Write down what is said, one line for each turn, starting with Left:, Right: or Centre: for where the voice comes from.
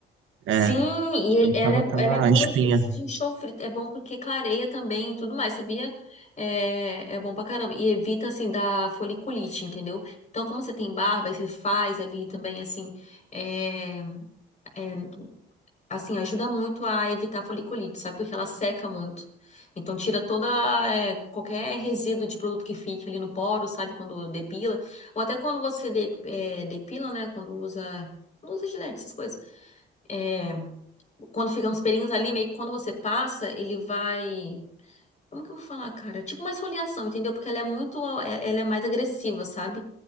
Right: é,
Left: Sim,
Right: pra
Left: e
Right: não
Left: e- ela
Right: ficar com
Left: é,
Right: aquela
Left: ela é boa,
Right: espinha.
Left: esse enxofre é bom porque clareia também e tudo mais, sabia? É, é bom pra caramba. E evita, assim, da foliculite, entendeu? Então, como você tem barba e você faz ali também, assim, é, é, assim, ajuda muito a evitar a foliculite, sabe? Porque ela seca muito. Então, tira toda, é, qualquer resíduo de produto que fique ali no poro, sabe? Quando depila. Ou até quando você de- é, depila, né? Quando usa, não usa gilete, essas coisas. é quando ficam os pelinhos ali, meio que quando você passa, ele vai. Como que eu vou falar, cara? Tipo uma esfoliação, entendeu? Porque ela é muito. é- Ela é mais agressiva, sabe?